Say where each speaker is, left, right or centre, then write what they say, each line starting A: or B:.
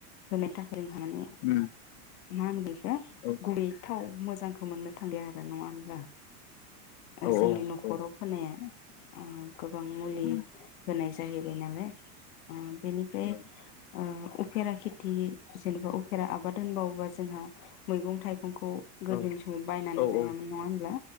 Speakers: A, on the left; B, on the left.
A: होनो थाखाय ओ माने
B: उम
A: मा होनो बेखौ
B: औ
A: गुबुयै थाव मोजां मोन्नो थांलिया आरो नङा होनब्ला।
B: औ
A: जोंनि
B: औ
A: नखराव
B: औ
A: फोनाया उम। गोबां मुलि
B: उम
A: होनाय जा जायो बे नालाय ओ बेनिफ्राय
B: औ
A: ओ उफेरा खेथि जेनेबा उफेरा आबाद होनबावोबा जोंहा मैगं थाइगं खौ गोदोनि
B: औ
A: समाव बायनानै
B: औ
A: जायामोन नङा होमब्ला